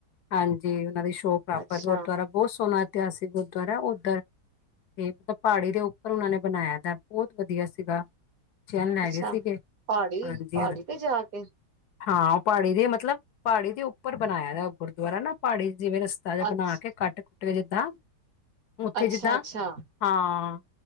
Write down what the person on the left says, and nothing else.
ਹਾਂਜੀ, ਓਨਾਂ ਦੀ ਸ਼ੋਅ ਪ੍ਰਾਪਰ
ਗੁਰਦੁਆਰਾ ਬੋਤ ਸੋਨਾ ਏਤਿਹਾਸਿਕ ਗੁਰਦੁਆਰੈ ਓਧਰ ਤੇ ਮਤਲਬ ਪਾੜੀ ਦੇ ਉੱਪਰ ਓਨਾਂ ਨੇ ਬਨਾਇਆ ਦਾ ਐ ਬੋਤ ਵਧੀਆ ਸੀਗਾ। ਚਿਆਂ ਨੂੰ ਲੈ
ਗਏ ਸੀਗੇ।
ਹਾਂਜੀ,
ਹਾਂ
ਹਾਂ ਓ ਪਾੜੀ ਦੇ ਮਤਲਬ ਪਾੜੀ ਦੇ ਉੱਪਰ ਬਨਾਇਆ ਦੈ ਗੁਰਦੁਆਰਾ ਨਾ ਪਾੜੀ ਜਿਵੇਂ ਰਸ ਤਾ ਜਾ
ਬਨਾ ਕੇ ਕੱਟ ਕੁੱਟ ਕੇ ਜਿੱਦਾਂ, ਓਥੇ
ਜਿੱਦਾਂ
ਹਾਂ,